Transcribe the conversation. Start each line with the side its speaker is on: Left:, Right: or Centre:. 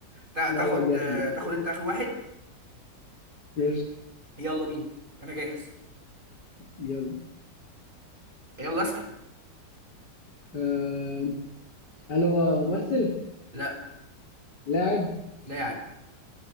Right: تا-
Left: لا
Right: تاخد
Left: لا جامد
Right: تاخد
Left: جامد
Right: انت اخر واحد
Left: قشطة
Right: يلا بينا انا جاهز
Left: يلا
Right: يلا اسال
Left: آه هل هو ممثل
Right: لا
Left: لاعب
Right: لاعب